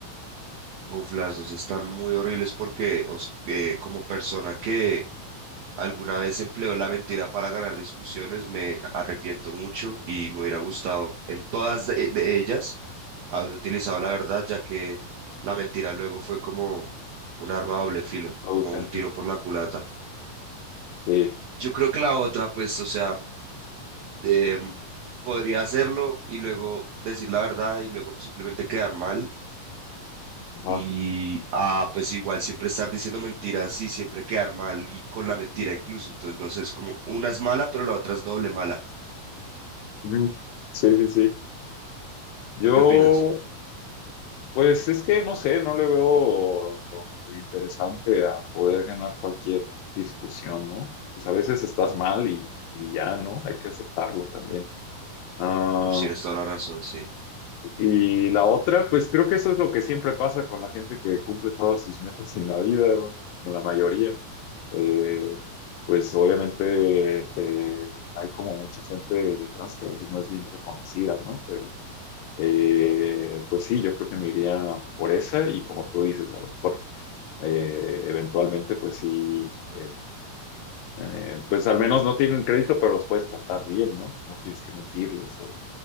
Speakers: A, on the right; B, on the left.
A: uf, las dos están muy horribles porque os- eh, como persona que alguna vez empleó la mentira para ganar discusiones, me arrepiento mucho y me hubiera gustado en todas de de ellas haber utilizado la verdad, ya que la mentira luego fue como un arma a doble filo,
B: ausente.
A: como un tiro por la culata.
B: Sí,
A: Yo creo que la otra, pues, o sea, em, podría hacerlo y luego decir la verdad y luego simplemente quedar mal.
B: ajá.
A: Y, ah, pues igual siempre estar diciendo mentiras y siempre quedar mal y con la mentira incluso. Entonces, no sé, es como una es mala, pero la otra es doble mala.
B: Ujú. Sí, sí, sí. Yo
A: ¿Tú qué opinas?
B: Pues es que no sé, no le veo lo interesante a poder ganar cualquier discusión, ¿no? Pues a veces estás mal y, y ya, ¿no? Hay que aceptarlo también. Ah,
A: Pues tienes toda la razón, sí.
B: y la otra, pues creo que eso es lo que siempre pasa con la gente que cumple todas sus metas en la vida, ¿no? Con la mayoría. Eh, pues obviamente eh, hay como mucha gente detrás que a veces no es bien reconocida, ¿no? Eh, pues sí, yo creo que me iría por esa y como tú dices, a lo mejor eh, eventualmente, pues sí, eh, eh, pues al menos no tienen crédito, pero los puedes tratar bien, ¿no? No tienes que mentirles o,